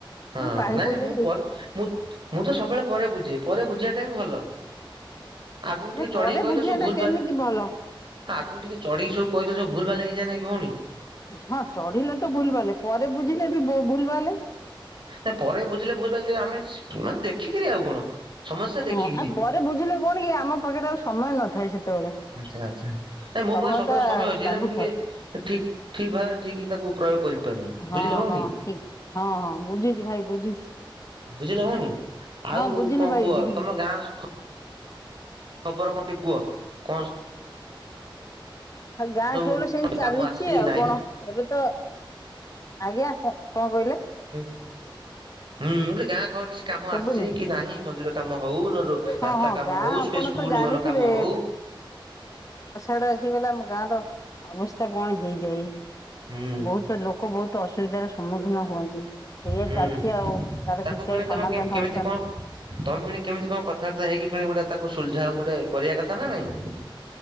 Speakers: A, on the right (about 65°); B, on the left (about 40°).
A: ହଁ
B: ପାଣି
A: ନାଇଁ ନାଇଁ,
B: ପଇଲେ
A: ମୁଁ ପରେ ମୁଁ, ମୁଁ ତ ସବୁବେଳେ ପରେ ବୁଝେ ପରେ ବୁଝିବାଟା ବି ଭଲ। ଆଗକୁ
B: ନାଇଁ
A: ଟିକେ ଚଢେଇି
B: ପରେ
A: କହିଦ
B: ବୁଝିବା
A: ସବୁ
B: ଟା
A: ଭୁଲ
B: କେମିତି
A: ଭାଲ
B: ଭଲ।
A: ଆଗକୁ ଟିକେ ଚଢିକିବୁ କହିଦେ ସବୁ ଭଲ ଭଲ ହେଇଯାଇ କି ଭଉଣୀ।
B: ହଁ ଚଢିଲେ ତ ଭୁଲ ବାଲେ ପରେ ବୁଝିଲେ ବି ବ ଭୁଲ ଭାଲେ।
A: ନା ପରେ ବୁଝିଲେ ଭୁଲ ଭ ଆମେ ମାନେ ଦେଖିକିରି ଆଉ କଣ? ସମସ୍ୟା ଦେଖିକିରି
B: ହଁ ଆଉ ପରେ ବୁଝିଲେ କଣ କି ଆମ ପାଖରେ ଆଉ ସମୟ ନଥାଏ। ସେତେବେଳେ
A: ଆଚ୍ଛା ଆଚ୍ଛା ନାଇଁ ମୋ
B: ସମୟ
A: ପାଖରେ ସବୁବେଳେ
B: ଟା
A: ସମୟ ଅଛି। ହେଲେ
B: ଚାଲିଥାଏ।
A: ମୁଁ ଟିକେ ଠିକ ଠିକ ଭାବ ଠିକ୍ ତାକୁ ପ୍ରୟୋଗ କରିପାରୁନି
B: ହଁ
A: ବୁଝିଲେ ଭଉଣୀ
B: ହଁ ଠିକ ହଁ ହଁ ବୁଝୁଛି ଭାଇ ବୁଝୁଛି!
A: ବୁଝିଲେ ଭଉଣୀ ଆଉ
B: ହଁ ବୁଝିଲୁ
A: କଣ
B: ଭାଇ
A: କୁହ
B: ବୁଝିଲୁ
A: ତମ ଗାଁର ଖବର କଣ ଟ କୁହ କଣ?
B: ଆ ଗାଁ
A: ସବୁ
B: ଖାଉଲେ ସେମିତି
A: କାମ
B: ଚାଲିଛି
A: ଆସିଛି
B: ଆଉ
A: ନାହିଁ।
B: କଣ ଏବେ ତ ଆଜ୍ଞା କଣ କହିଲେ?
A: ହୁଁ! ହୁଁ ବୋଲେ ଗାଁ ଘର କିଛି କାମ
B: ଶୁଭୁନି।
A: ଆସିଛି କି ନାହିଁ ମନ୍ଦିର କାମ ହଉ ନ
B: ହଁ
A: ରାସ୍ତା
B: ହଁ
A: କାମ
B: ଗାଁ
A: ହଉ
B: ଆପଣ
A: ଟ ସ୍କୁଲ
B: ତ ଜାଣିଥିବେ
A: ଘର କାମ ହଉ
B: ସେଟେ ଆସିଗଲେ ଆମ ଗାଁ ର ଅବସ୍ଥା କଣ ହେଇଯାଏ।
A: ହୁଁ।
B: ବହୁତ ଲୋକ ବହୁତ ଅସୁବିଧାର ସମ୍ମୁଖୀନ ହୁଅନ୍ତି ସେଇଆ
A: ହୁଁ।
B: ଚାଲିଛି ଆଉ ତାର
A: ତାକୁ
B: କିଛି
A: ପୁଣି
B: ଆଉ
A: ତମେ
B: ସମାଧାନ
A: କେମ କେମିତି
B: ହେଇପାରୁନି।
A: କଣ ତମେ ପୁଣି କେମିତି କଣ କଥାବାର୍ତା ହେଇକିଣି ଗୋଟେ ତାକୁ ସୁଲଝାଅ ଗୋଟେ କରିବା କଥା ନା ନାଇଁ